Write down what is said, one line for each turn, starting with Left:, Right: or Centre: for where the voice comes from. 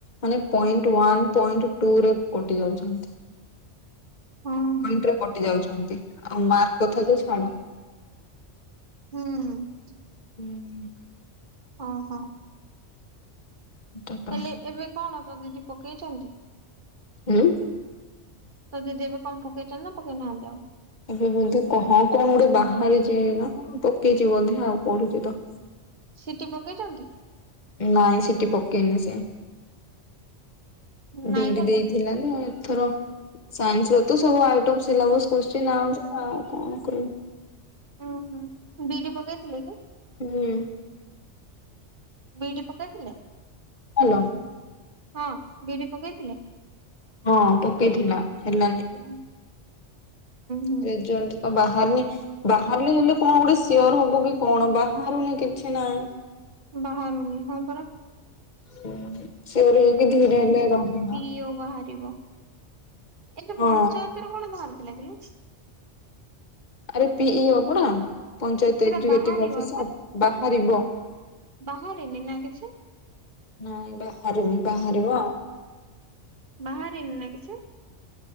Left: ମାନେ ପଏଣ୍ଟ ୱାନ୍ ପଏଣ୍ଟ ଟୁରେ କଟି ଯାଉଛନ୍ତି।
Right: ହଁ।
Left: ପଣ୍ଟରେ
Right: ହଁ
Left: କଟି ଯାଉଛନ୍ତି ଆଉ ମାର୍କ କଥାତ ଛାଡ଼।
Right: ହୁଁ।
Left: ହୁଁ।
Right: ଅଁ ହଁ।
Left: ତ ତ
Right: ହେଲେ ଏବେ କଣ ତୋ ଦିଦି ପକେଇଚନ୍ତି?
Left: ଉୁଁ।
Right: ତୋ ଦିଦି ଏବେ କଁ ପକେଇଚନ୍ତିନା ପକେଇ ନହାନ୍ତି ଆଉ?
Left: ଏବେ ବୋଧେ କ ହଁ କଣ ଗୋଟେ ବାହାରିଚିନା ପକେଇଚି ବୋଧେ ଆଉ ପଢୁଚିତ
Right: ସିଟି ପକେଇଚନ୍ତି?
Left: ନାଇଁ ସିଟି ପକେଇନି ସେ।
Right: ନାଇଁ
Left: ବିଡ଼ି
Right: ଭଲ
Left: ଦେଇଥିଲାଯେ ଏଥର ସାଇନ୍ସରତ ସବୁ ଆଇଟମ ସିଲାବସ୍ କୋସ୍ଚିନ୍ ଆଣୁଚି ଆଉ କଣ କହିବି
Right: ଉଁ ହୁଁ ବିଡ଼ି ପକେଇଥିଲେକି?
Left: ହୁଁ।
Right: ବିଡ଼ି ପକେଇଥିଲେ?
Left: ହାଲୋ।
Right: ହଁ ବିଡ଼ି ପକେଇଥିଲେ?
Left: ହଁ ପକେଇଥିଲା ହେଲାନି।
Right: ହୁଁ ହୁଁ
Left: ରେଜଲ୍ଟତ ବାହାରିନି ବାହାରିଲେ ହେଲେ କଣ ଗୋଟେ ସିୟର ହବୁକି କଣ ବାହାରୁନି କିଛି ନାଇଁ।
Right: ବାହାରୁନି ହଁ ଟରା।
Left: ହୁଁ ସିଓର ହେଇକି ଧୀରେ ହେଲେ ରହିବ।
Right: ଟିଓ ବାହାରିବ ଏବେ
Left: ହଁ
Right: ପଞ୍ଚାୟତରୁ କଣ ବାହାରିଥିଲା କିିଲ?
Left: ଆରେ ପି ଇ ଓ ପରା ପଞ୍ଚାୟତ
Right: ସେଟା
Left: ଏଗ୍ଜଗେଟ୍
Right: ବାହାରିବ
Left: ଅଫିସରହାର ବାହାରିବ।
Right: ବାହାରିନିନା କିଛି?
Left: ନାଇଁ ବାହାରିନି ବାହାରିବ।
Right: ବାହାରନିନା କିଛି?